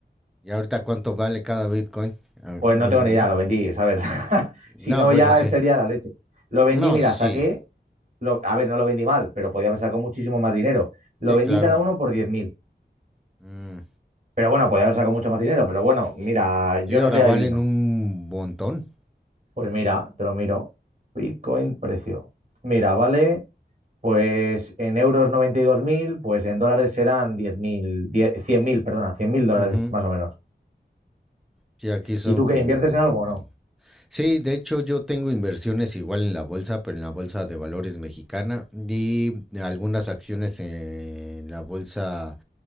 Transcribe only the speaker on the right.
Pues no
tengo
ni
idea, lo vendí, ¿sabes? <laughs>
Si no,
ya
sería la leche. Lo vendí,
mira,
saqué, lo- a ver, no lo vendí mal, pero podía haber sacado muchísimo más dinero. Lo
vendí
cada uno por diez mil,
Pero bueno, podía haber sacado mucho más dinero, pero bueno, mira, yo
no
soy
adivino.
Pues mira, te lo miro. Bitcoin, precio. Mira, vale, pues en euros 92.000. pues en dólares serán 10.000, 100.000. perdona, cien mil dólares
más o menos.
¿Y tú
qué inviertes en algo o no?